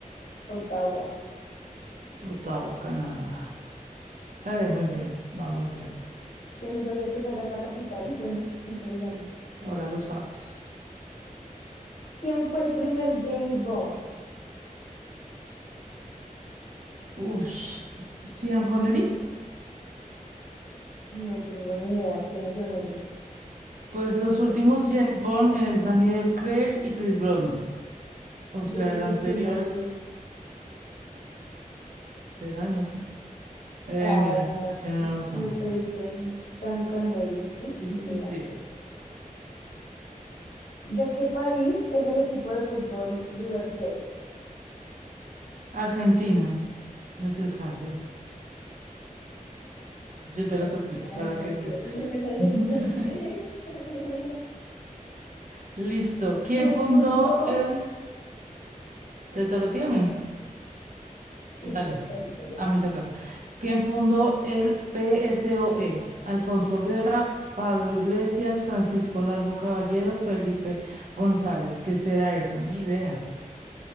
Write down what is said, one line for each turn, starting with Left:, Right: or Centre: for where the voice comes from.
Left: Ottawa.
Right: Ottawa, Canadá. Eh, muy bien, vamos bien.
Left: Yo no sabía que esa era la capital. Bueno, interesante.
Right: Ahora lo sabes.
Left: ¿Quién fue el primer James Bond?
Right: Ush. Sean Connery.
Left: No tengo ni idea quiénes son esos.
Right: Pues los últimos
Left: Yo puse,
Right: James Bond es Daniel Craig y Pierce Brosnan. O sea,
Left: yo puse
Right: el anterior
Left: Timothy.
Right: es... ¿Será? No sé. Eh,
Left: Ay,
Right: mira,
Left: no,
Right: sí tiene razón.
Left: lo tuviste. bien. Sean Connery. ¿Mm?
Right: Sí,
Left: Ni
Right: sí,
Left: idea
Right: sí.
Left: quién. ¿De qué país es el equipo de fútbol River Plate?
Right: Argentina. Ese es fácil. Yo te la
Left: Perdí.
Right: soplé
Left: Ah,
Right: para
Left: no, mentira
Right: que sepas.
Left: <laughs> Me las
Right: <laughs>
Left: emplacé. <laughs>
Right: Listo. ¿Quién
Left: ¿Quién
Right: fundó
Left: fundó?
Right: el... ¿Te toca a ti o a mí?
Left: Sí,
Right: Vale.
Left: te toca a ti, perdóname.
Right: A mí toca. ¿Quién fundó el PSOE? Alfonso Guerra, Pablo Iglesias, Francisco Largo Caballero, Felipe González. ¿Qué será eso? Ni idea.